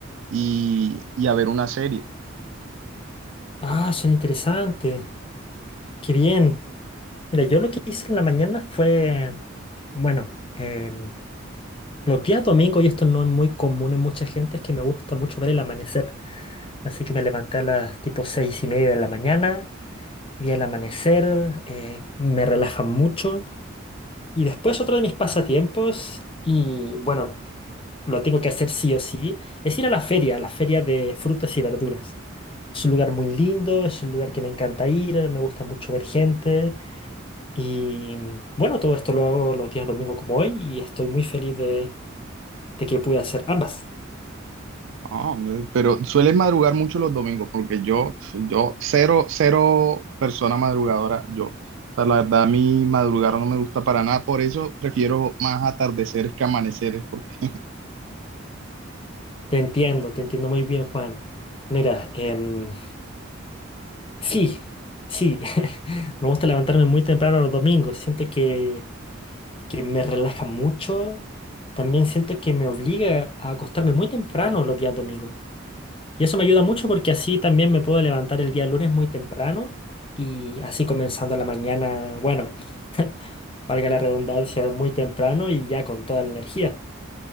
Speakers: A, on the right; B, on the left.
A: y, y a ver una serie.
B: Ah, suena interesante. Qué bien. Mira, yo lo que hice en la mañana fue, bueno, em, Los días domingos, y esto no es muy común en mucha gente, es que me gusta mucho ver el amanecer. Así que me levanté a las tipo seis y media de la mañana, vi el amanecer, eh, me relaja mucho. Y después otro de mis pasatiempos, y bueno, lo tengo que hacer sí o sí, es ir a la feria, a la feria de frutas y verduras. Es un lugar muy lindo, es un lugar que me encanta ir, me gusta mucho ver gente. Y bueno, todo esto lo hago los días domingos como hoy y estoy muy feliz de, de que pude hacer ambas.
A: Ah, hombre, pero sueles madrugar mucho los domingos, porque yo, yo, cero, cero persona madrugadora, yo. O sea, la verdad, a mí madrugar no me gusta para nada, por eso prefiero más atardeceres que amaneceres, porque,
B: Te entiendo, te entiendo muy bien, Juan. Mira, em, sí, sí, <laughs> me gusta levantarme muy temprano los domingos. Siento que, que me relaja mucho. También siento que me obliga a acostarme muy temprano los días domingos. Y eso me ayuda mucho porque así también me puedo levantar el día lunes muy temprano y así comenzando la mañana, bueno, <laughs> valga la redundancia, muy temprano y ya con toda la energía.